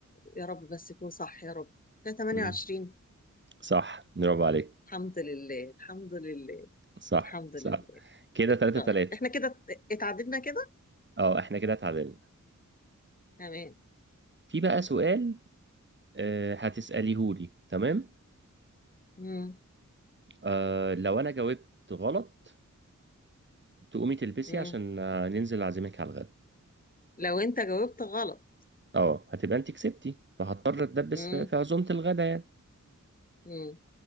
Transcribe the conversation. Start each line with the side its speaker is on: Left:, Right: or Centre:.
Left: يا رب بس يكون صح يا رب فيها 28
Right: مم. صح برافو عليك
Left: الحمد لله الحمد لله
Right: صح
Left: الحمد
Right: صح
Left: لله
Right: كده تلاتة
Left: طيب
Right: تلاتة
Left: احنا كده ات- اتعددنا كده
Right: اه احنا كده اتعادلنا
Left: تمام
Right: في بقى سؤال آه، هتسأليهولي تمام
Left: مم.
Right: آه، لو انا جاوبت غلط تقومي تلبسي
Left: مم.
Right: عشان آه، ننزل اعزمك على الغدا
Left: لو انت جاوبت غلط
Right: اه هتبقى انت كسبتي فهضطر اتدبس
Left: مم.
Right: في في عزومة الغدا يعني
Left: مم.